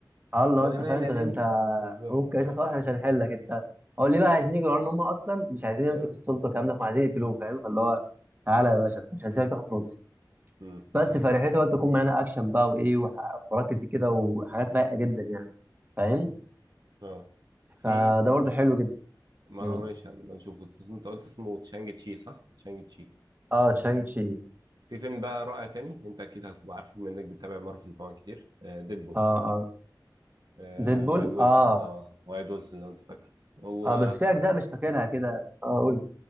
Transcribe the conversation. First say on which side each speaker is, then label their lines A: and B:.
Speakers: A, on the right; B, on the right.
A: اه اللي
B: وانا
A: هو انت
B: مالي
A: فاهم انت
B: يا
A: انت
B: لمبي بالظبط
A: ممكن لسه صالح مش هنحلك انت هو ليه بقى عايزين يجوا يقولوا ان هم اصلا مش عايزين يمسك
B: اه
A: السلطه والكلام ده فعايزين يقتلوه فاهم فاللي هو تعالى يا باشا مش هنسيبك تاخد فرصه
B: امم
A: بس فرحته بقى بتكون مليانه اكشن بقى وايه وح- وحوارات كتير كده وحاجات رايقه جدا يعني فاهم
B: اه
A: فده
B: في
A: برضو حلو جدا
B: ما
A: مم.
B: هو ماشي هنبقى نشوفه بس انت قلت اسمه تشانج تشي صح تشانج تشي
A: اه تشانج شي
B: في فيلم بقى رائع تاني انت اكيد هتبقى عارفه بما انك بتتابع مارفل طبعا كتير آه ديدبول
A: اه اه
B: آه
A: ديدبول
B: وايد ويلسون
A: اه
B: اه وايد ويلسون لو انت فاكره هو
A: اه بس في اجزاء مش فاكرها كده اه قول